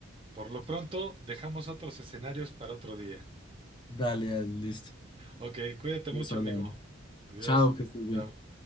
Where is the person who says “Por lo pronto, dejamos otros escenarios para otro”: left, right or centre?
Right